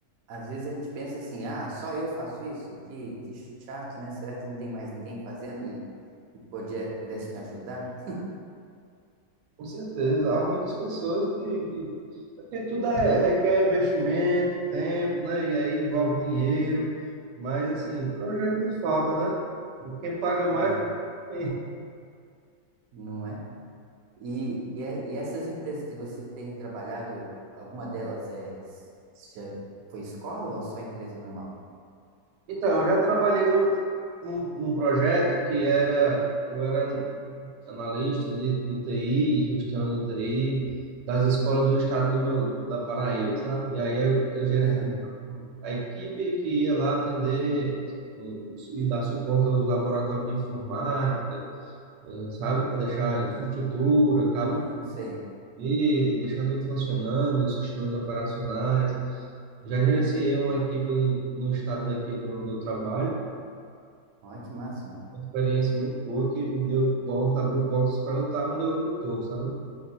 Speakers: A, on the right; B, on the right.
A: às vezes a gente pensa assim, ah, só eu faço isso? Que, que chato, né? Será que não tem mais ninguém fazendo e, e podia, pudesse me ajudar?
B: Com certeza, há muitas pessoas que, que é porque tudo é, requer investimento, tempo, né? E aí envolve dinheiro, mas assim, projeto não falta, né? Quem paga mais
A: Né?
B: <laughs>
A: Não é? E, e, é- e essas empresas que você tem trabalhado, alguma delas é já foi escola ou só empresa normal?
B: Então, eu já trabalhei no, num, num projeto que era, eu era analista de, de TI, gestão de TI, das escolas do estado do meu, da Paraíba, sabe? E aí eu, eu gerenciava
A: Aham.
B: a equipe que ia lá atender os- e dar suporte aos laboratórios de informática, eh, sabe? Para deixar a infraestrutura, cabo
A: Hum, sei.
B: rede, deixar tudo funcionando, os sistemas operacionais. Já gerenciei uma equipe em- no estado daqui do, do trabalho,
A: Olha que máximo.
B: uma experiência muito boa que me deu porta, abriu portas para eu estar onde hoje eu estou, sabe?